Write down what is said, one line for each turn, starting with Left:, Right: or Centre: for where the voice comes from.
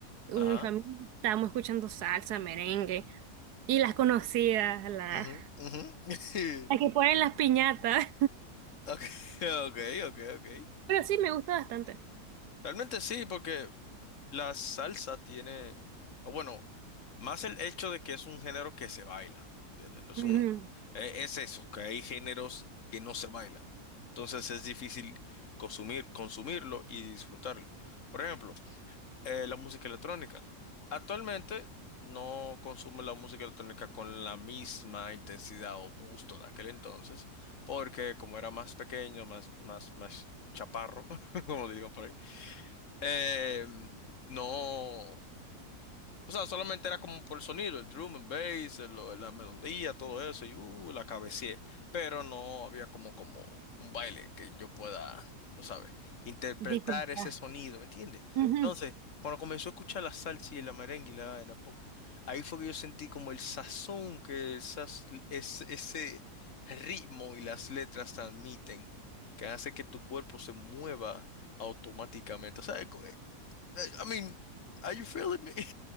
Right: con
Left: Ajá.
Right: mi familia estábamos escuchando salsa, merengue. Y las conocidas, la.
Left: Ujú, ujú.
Right: <laughs> La
Left: <laughs>
Right: que ponen las piñatas.
Left: Ok, ok, ok, ok.
Right: <laughs> Pero sí, me gusta bastante.
Left: Realmente sí, porque la salsa tiene, o bueno, más el hecho de que es un género que se baila, ¿entiendes? No es
Right: Ujú,
Left: un, eh, es eso, que hay géneros que no se bailan. Entonces es difícil consumir, consumirlo y disfrutarlo. Por ejemplo, eh, la música electrónica. Actualmente no consumo la música electrónica con la misma intensidad o gusto de aquel entonces, porque como era más pequeño, más, más, más chaparro, <laughs> como digo por ahí, eh, no. O sea, solamente era como por el sonido, el drum and bass, el- lo- la melodía, todo eso, y uh, la cabeceé. Pero no había como, como un baile que yo pueda, tú sabes, interpretar
Right: Disfrutar.
Left: ese sonido, ¿me entiendes?
Right: Ujú.
Left: Entonces, cuando comenzó a escuchar la salsa y la merengue, y la, vaina, pu- ahí fue que yo sentí como el sazón que el saz- es- ese ritmo y las letras transmiten, que hace que tu cuerpo se mueva automáticamente. O sea, es co- eh, eh, I mean, are you feeling me? <laughs>